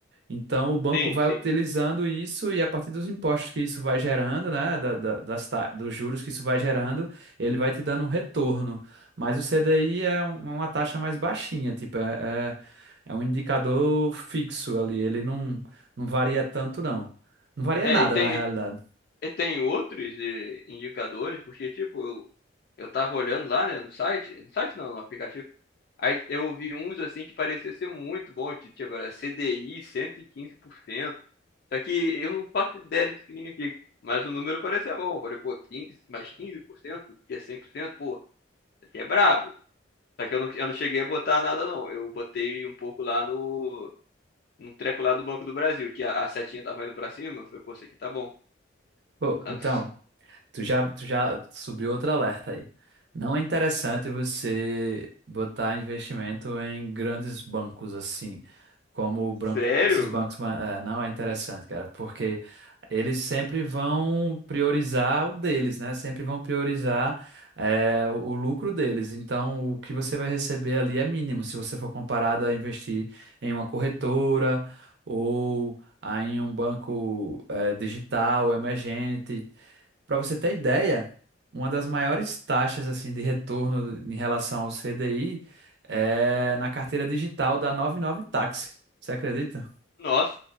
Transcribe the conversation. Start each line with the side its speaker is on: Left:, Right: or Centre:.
Right: Então, o banco
Left: Sim,
Right: vai
Left: sim.
Right: utilizando isso e a partir dos impostos que isso vai gerando, né, da, da- das, ta- dos juros que isso vai gerando, ele vai te dando um retorno. Mas o CDI é um- uma taxa mais baixinha, tipo, é, é, é um indicador fixo ali, ele não, não varia tanto, não. Não varia
Left: É,
Right: nada,
Left: e tem,
Right: na realidade.
Left: e tem outros eh, indicadores, porque, tipo, eu, eu tava olhando lá, né, no site, no site não, no aplicativo, aí eu vi uns, assim, que parecia ser muito bom, que, tipo, era C D I cento e quinze por cento só que eu não faço ideia do que significa, mas o número parecia bom, eu falei, pô, 15 mais 15% que é cem por cento pô, isso aqui é brabo, só que eu não, eu não cheguei a botar nada, não, eu botei um pouco lá no... Num treco lá do Banco do Brasil, que a, a setinha tava indo pra cima, eu falei, pô, isso aqui tá bom.
Right: Pô,
Left: <laughs> sabe?
Right: então. Tu já, tu já subiu outro alerta aí. Não é interessante você botar investimento em grandes bancos assim, como o branco,
Left: Sério?
Right: esses bancos, ma- é, não é interessante, cara, porque eles sempre vão priorizar o deles, né? Sempre vão priorizar, é, o lucro deles. Então, o que você vai receber ali é mínimo se você for comparado a investir em uma corretora ou a em um banco, é, digital, emergente. Para você ter ideia, uma das maiores taxas assim de retorno em relação ao CDI é na carteira digital da noventa e nove Táxi. Você acredita?
Left: Nossa,